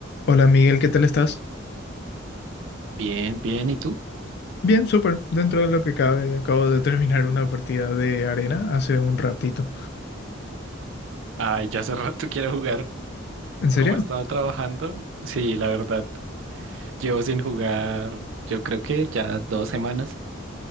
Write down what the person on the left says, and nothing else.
Hola Miguel, ¿qué tal estás?
Bien, súper. Dentro de lo que cabe, acabo de terminar una partida de arena hace un ratito.
¿En serio?